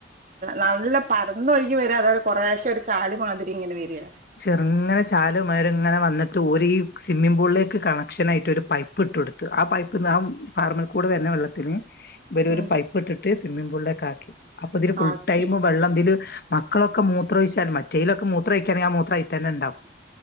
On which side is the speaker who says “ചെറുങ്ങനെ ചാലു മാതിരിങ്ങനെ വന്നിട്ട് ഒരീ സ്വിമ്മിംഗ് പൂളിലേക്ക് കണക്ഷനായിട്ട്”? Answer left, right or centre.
Left